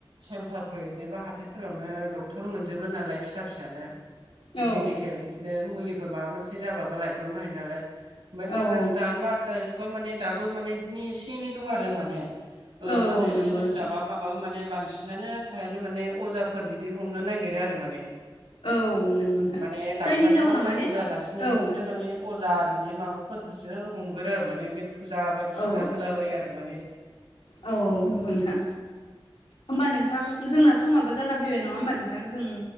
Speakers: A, on the right; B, on the left.
A: सेन्टारफोर इदिबा हाथायफोरावनो डक्टर मोनजोबो नालाय फिसा फिसानो।
B: औ
A: मेडिकेल
B: औ
A: बिदिनो मुलिफोर माबा मोनसे जाबाबो लायब्रडनो हायो नालाय। ओमफ्राय
B: औ
A: नाता तान <unintelligible> दाबो माने इदिनो एसे एनै दं आरो माने। ओ
B: औ
A: माने
B: औ नंगौ
A: एसे लोमजाबा
B: नोंथां
A: मा माबा माने बांसिनानो फायानो माने अजाफोर बिदि हमनो नागिरो आरो माने
B: औ नंगौ नोंथां
A: माने डाक्टारखौ
B: जायनि जाउनाव
A: नायग्रोआ
B: माने
A: लेसेनो
B: औ
A: बिदिनो माने अजा बिदि माबाफोरफोरखोसो हमगोरो आरो माने बिदिनो फुजा बायदिसिना
B: औ
A: होलाबायो आरो माने
B: औ नंगौ नोंथां ओमबा नोंथां जोंना समाबो जाना फैबाय नङा ओमबा नोंथां जों